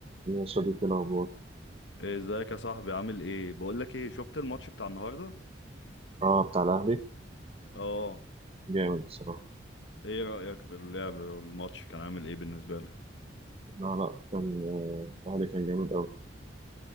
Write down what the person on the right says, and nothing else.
يا صديقي الأخبار
اه بتاع الأهلي
جامد بصراحة
لا لا كان آه، الأهلي كان جامد أوي